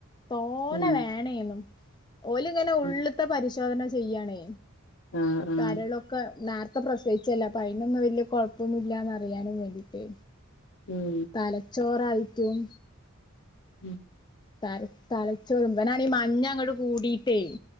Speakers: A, on the left (about 20°); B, on the left (about 65°).
A: തോനെ
B: ആഹ്
A: വേണേന്നും. ഓല് ഇങ്ങനെ ഉള്ള്ത്തെ
B: ഉം
A: പരിശോധന ചെയ്യാണേ
B: ആഹ് ആഹ്
A: കരളൊക്കെ. ഒക്കെ നേര്ത്തെ പ്രസവിച്ചല്ലേ അപ്പൊ അയ്നൊന്നും വല്ലിയ കൊഴപ്പൊന്നും ഇല്ലാന്നറിയാനും വേണ്ടിട്ട്.
B: ഉം
A: തലച്ചോറായിട്ടും
B: <inaudible>
A: തല തലച്ചോറ് ഇവനാണെങ്കി മഞ്ഞ അങ്ങോട്ട് കൂടിട്ടേ